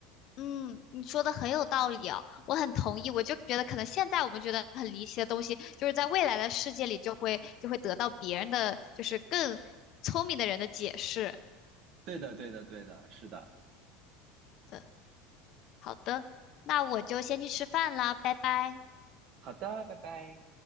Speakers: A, on the left; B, on the right.
A: 嗯，你说的很有道理哦，我很同意。我就觉得，可能现在我们觉得很离奇的东西，就是在未来的世界里就会就会得到别人的，就是更聪明的人的解释
B: 对的，对的，对的，是的。
A: 的。好的，那我就先去吃饭啦，拜拜。
B: 好的，拜拜。